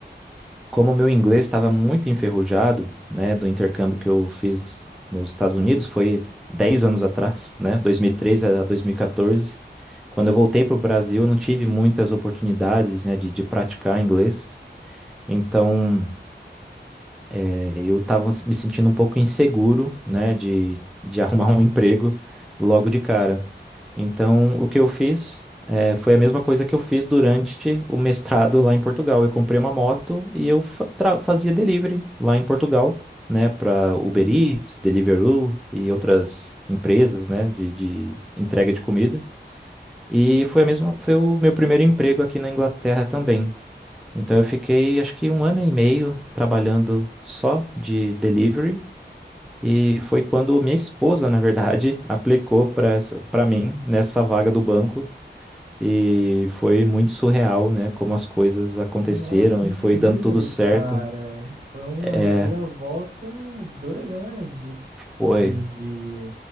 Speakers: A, in the centre; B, on the right.
A: como meu inglês estava muito enferrujado, né, do intercâmbio que eu fiz nos Estados Unidos, foi 10 anos atrás, né, 2013 a 2014. Quando eu voltei para o Brasil, eu não tive muitas oportunidades, né, de, de praticar inglês. Então, eh, eu estava me sentindo um pouco inseguro, né, de, de arrumar um <laughs> emprego logo de cara. Então, o que eu fiz eh, foi a mesma coisa que eu fiz durante o mestrado lá em Portugal. Eu comprei uma moto e eu fa- tra- fazia delivery lá em Portugal, né, para Uber Eats, Deliveroo e outras empresas, né, de, de entrega de comida. E foi a mesma, foi o meu primeiro emprego aqui na Inglaterra também. Então, eu fiquei acho que um ano e meio trabalhando só de delivery. E foi quando minha esposa, na verdade, <laughs> aplicou para para mim nessa vaga do banco e foi muito surreal, né? Como as coisas aconteceram
B: Nossa, que
A: e
B: incrível,
A: foi dando tudo certo.
B: cara. Foi uma
A: É,
B: reviravolta doida, né? De,
A: foi.
B: de